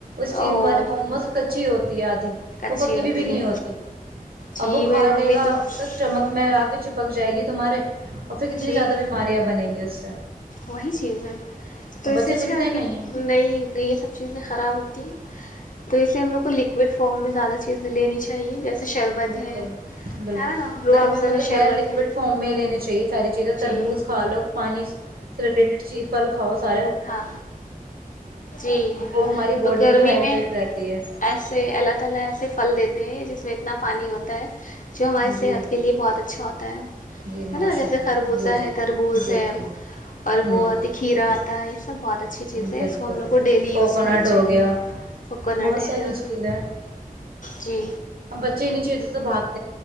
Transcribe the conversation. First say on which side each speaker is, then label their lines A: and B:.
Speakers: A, on the right; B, on the left.
A: اسٹیم
B: او
A: والے موموز کچی ہوتی ہے آدھی وہ
B: اچھی
A: پکی ہوئی بھی نہیں
B: ہے
A: ہوتی
B: جی
A: اب وہ
B: میری
A: کھا
B: ممی
A: لے گا
B: تو
A: م اسٹمک
B: ہ
A: میں آ کے چپک جائے گی تو تمہارے اور پھر کتنی
B: جی
A: زیادہ بیماریاں بنیں گی اس سے
B: وہی چیز ہے تو اس
A: بچے
B: سے اچھا
A: سنتے
B: ہے کہ
A: نہیں ہیں
B: نہیںئی یہ سب چیزیں خراب ہوتی ہیں تو اسے ہم لو کو لکوڈ فارم میں زیادہ چیز لینی چاہیے جیسے شربت
A: بالکل
B: ہے
A: بالکل
B: ہے نا روح
A: گرمیوں
B: افزا
A: میں
B: کا
A: تو خیر
B: شربت
A: لکوڈ
B: ہے
A: فارم میں لینی چاہیے ساری چیزیں تربوز
B: جی
A: کھا لو پانی ریلیٹڈ چیز پل کاؤ سار
B: ہنا جی
A: وہ ہماری باڈی
B: گرمی
A: بھی ہائڈریٹ
B: میں
A: رہتی ہے
B: ایسے اللہ تعالی ایسے پھل دیتے ہیں جس میں اتنا پانی ہوتا ہے جو ہماری
A: جی
B: صحت کے لیے بہت اچھا ہوتا ہے
A: جی ماشاء
B: ہے نا جیسے
A: اللہ
B: خربوزہ
A: جی جی
B: ہے تربوز
A: جی
B: ہے
A: جی
B: اور
A: ہوں
B: وہ آتی کھیرا آتی تائیس سب بہت اچھی چیز ہے
A: بالکل
B: اس کو ہم لوگ کو ڈیلی
A: کوکونٹ
B: یوز کرنا چاہیے
A: ہو گیا
B: کوکونٹ
A: بہت ساری
B: ہے ہاں
A: چیزیں اب
B: جی
A: بچے انی چیز سے بعات